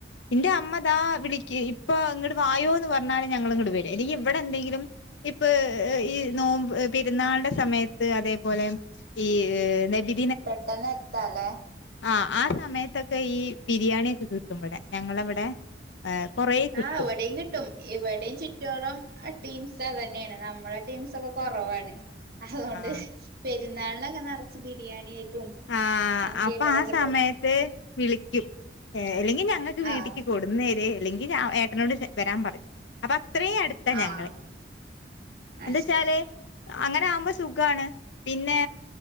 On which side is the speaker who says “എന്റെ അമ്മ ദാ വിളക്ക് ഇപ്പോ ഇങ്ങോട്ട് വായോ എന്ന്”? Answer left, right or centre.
Left